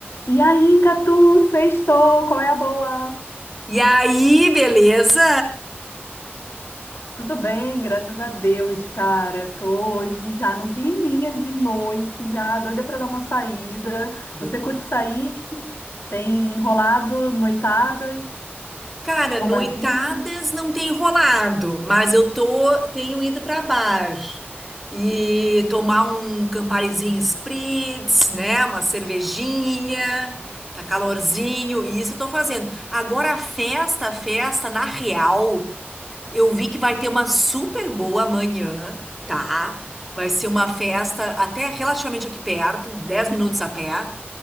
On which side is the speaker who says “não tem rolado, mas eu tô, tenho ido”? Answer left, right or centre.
Centre